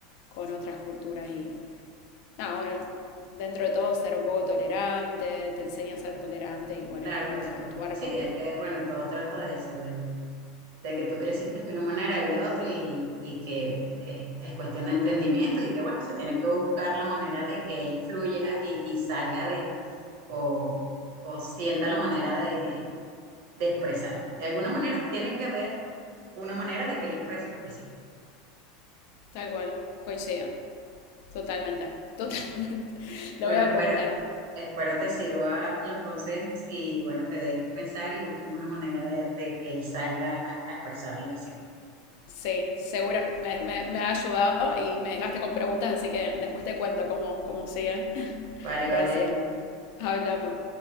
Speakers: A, on the left; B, on the right.
A: con otras culturas y nada, bueno, dentro de todo ser un poco tolerante, te enseña a ser tolerante y bueno,
B: claro,
A: y cómo
B: por
A: interactuar
B: supuesto, sí,
A: con
B: es que, bueno, todo trata de eso, de que tú creciste de una manera, él de otra, y, y que es, es cuestión de entendimiento y que, bueno, se tiene que buscar la manera de que él fluya y, y salga de, o, o sienta la manera de, de expresar. De alguna manera, tiene que haber una manera de que él exprese lo que siente.
A: tal cual, coincido. Totalmente, totalmente. <laughs> Lo
B: Bueno,
A: voy a
B: espero,
A: preguntar.
B: espero te sirva los consejos y, bueno, te dé que pensar y busquen una manera de, de que él salga a, a expresar lo que siente.
A: Sí, segura, me, me- me ha ayudado y me dejaste con preguntas, así que después te cuento cómo, cómo sigue. <laughs>
B: Vale,
A: Gracias.
B: vale.
A: Hablamos.